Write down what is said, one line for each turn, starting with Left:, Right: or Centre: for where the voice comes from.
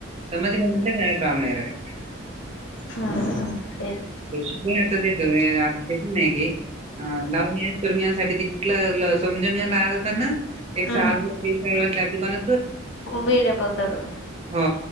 Right: समजलं म्हट काय काम नाही रावे
Left: हा हा
Right: शिक आता देतो नाही गे अ लाव ंगिसाठी तिथलं समजंग राहतातना एक
Left: हम्म
Right: साल तीन
Left: वेड पडतात
Right: हो